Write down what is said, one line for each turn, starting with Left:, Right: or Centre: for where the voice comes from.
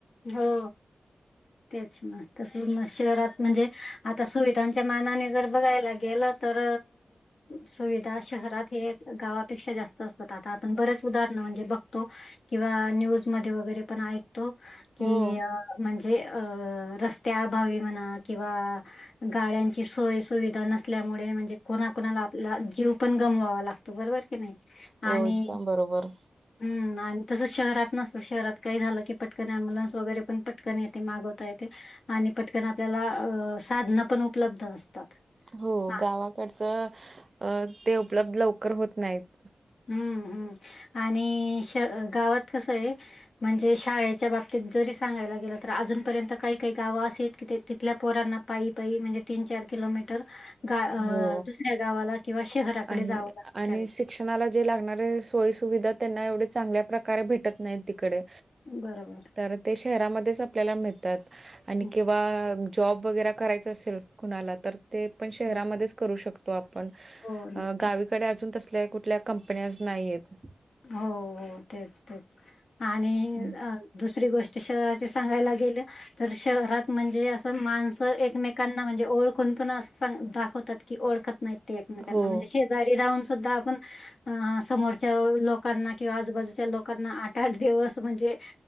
Left: हो. तेच मग तस शहरात म्हणजे आता सुविधांच्या मानाने जर बघायला गेलं तर सुविधा शहरात हे गावापेक्षा जास्त असतात आता आपण बरेच उदाहरण म्हणजे बघतो. किं न्यूज मध्ये वगैरे ऐकतो की
Right: हो,
Left: म्हणजे जे अ रस्त्या अभावी म्हणा किंवा गाड्यांची सोय सुविधा नसल्यामुळे म्हणजे कोणाकणाला आपला जीव पण गमवावा लागतो.. त बरोबर की नाही
Right: हो.
Left: आणि
Right: एकदम बरोबर.
Left: हम्म आणि तस शहरात नसत शहरात काही झालं की पटकन अम्बुलनस वगैरे पण पटकन येते मागवता येते. आणि पटकन आपल्याला अ साधनं पण उपलब्ध असतात.
Right: हो
Left: हां.
Right: गावाकडचं अ ते उपलब्ध लवकर होत नाहीत.
Left: हं, हं आणि श गावात कस आहे? म्हणजे शाळेच्या बाबतीत जरी सांगायला गेलं तर, अजूनपर्यंत काही काही गावं असे की तिथल्या पोरांना पायी पायी म्हणजे तीन चार किलोमीटर गा
Right: हो
Left: दुसऱ्या गावाला किंवा शहराकडे
Right: आणि
Left: जावं लागत
Right: आणि
Left: शाळेत.
Right: शिक्षणाला जे लागणारे सोयी सुविधा त्यांना एवढ चांगल्या प्रकारे भेटत नाही तिकडे.
Left: बरोबर.
Right: तर ते शहरामध्येच आपल्याला मिळतात आणि
Left: हो,
Right: किंवा जॉब वगैरे करायचं असेल कुणाला तर ते पण शहरामध्येच
Left: हो.
Right: करू शकतो. आपण
Left: हो, नक्कीच.
Right: गावीकडे अजून तसल्या कुठल्या कंपन्या नाहीेत.
Left: हो हो तेच तेच आणि
Right: हं.
Left: दुसरी गोष्ट तश ते सांगायला गेले तर शहरात म्हणजे असं माणसं एकमेकांना म्हणजे ओळखून पण असां दाखवतात की ओळखत माहि एकमेकांना
Right: हो
Left: म्हणजे शेजारी राहून सुद्धा आपण समोरच्या लोकांना किंवा आजूबाजूच्या लोकांना आठ आठ दिवस म्हणजे